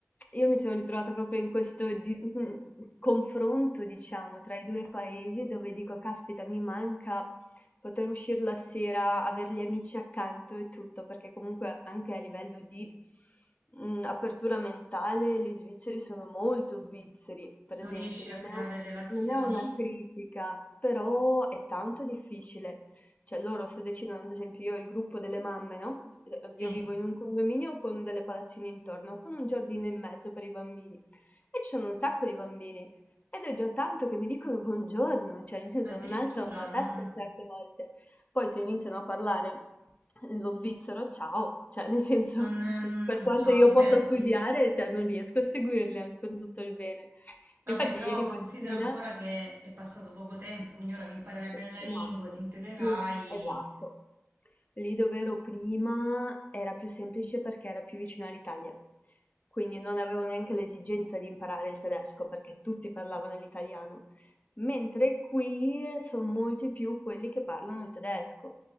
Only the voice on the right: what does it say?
Non
riesci
a creare
relazioni?
Sì.
Addirittura
non...
non... ehm,
Ciao,
ti
perdi.
Vabbè,
però
considera
ancora che è passato poco tempo, quindi ora che imparerai
bene la lingua,
ti integrerai.